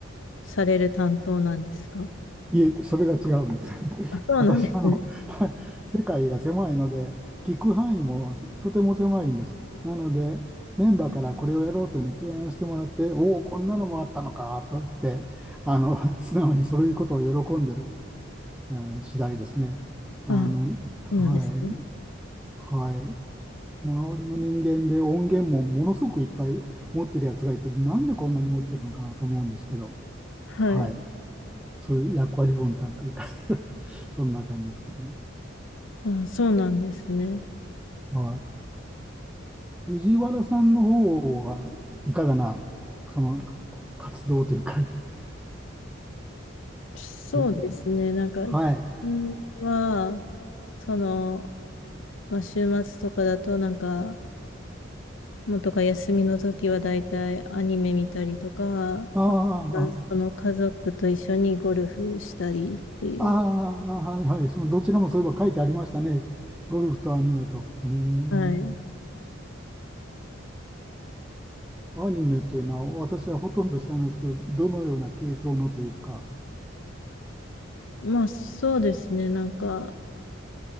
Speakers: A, on the left (about 80°); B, in the centre.
A: される担当なんですか
B: いえ、それが違うんです。
A: あ、そうなんですね。
B: 私、あの、<laughs> 世界が狭いので、聞く範囲もとても狭いんです。なので、メンバーからこれをやろうというふうに提案してもらって、おお、こんなのもあったのかと言って、あの、<laughs> 素直にそういうことを喜んでる、えー次第ですね。あの、
A: あ、
B: はい、
A: そうなんですね。
B: はい。周りの人間で音源もものすごくいっぱい持ってるやつがいて、なんでこんなに持ってるのかなと思うんですけど、
A: はい。
B: はい。そういう役割分担というか <laughs> そんな感じですかね。
A: あ、そうなんですね。
B: はい。藤原さんの方はいかがな、その、活動というか
A: そうですね。
B: <laughs>
A: なんか、
B: はい。
A: 自分は、その、まあ、週末とかだとなんか、もうとか休みの時はだいたいアニメ見たりとか、
B: あ
A: あ
B: あ、
A: その家族と一緒にゴルフしたりっていう。
B: ああ、はいはい。その、どちらもそういえば書いてありましたね。ゴルフとアニメと。うーん。
A: はい。
B: アニメというのは、私はほとんど知らないですけど、どのような系統のというか。
A: まあそうですね、なんか、